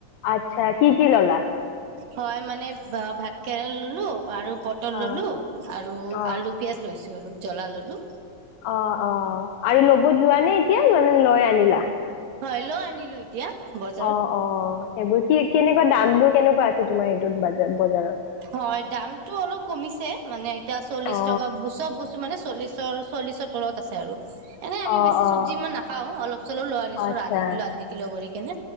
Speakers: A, on the left; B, on the right.
A: আচ্ছা কি কি ল'লা?
B: হয় মানে ভা- ভাত কেৰেলা ললোঁ আৰু পটল
A: অ
B: ললোঁ আৰু
A: অ
B: আলু পিয়াজ লৈছোঁ আৰু জ্বলা ললোঁ।
A: অ, ' অ' আৰু ল'ব যোৱানে এতিয়া মানে লৈ আনিলা।
B: হয়, লৈ আনিলোঁ ই তিয়া বত
A: অ, ' অ', সেইবোৰ কি কেনেকুৱা দামবোৰ কেনেকুৱা আছে, তোমাৰ সেইটোত বাজা বজাৰত?
B: হয় দামটো অলপ কমিছে মানে এতিয়া চল্লিশ
A: অ
B: টকা ব চব বস <unintelligible> মানে চল্লিছৰ, চল্লিছৰ তলত আছে আৰু। এনে আমি
A: অ
B: বেছি
A: অ
B: চব্জি ইমান নাখাওঁ, অলপ চলপ লৈ আনিছোঁ
A: আচ্ছা
B: আৰু আধা কিলো আধা কিলো কৰি কেনে।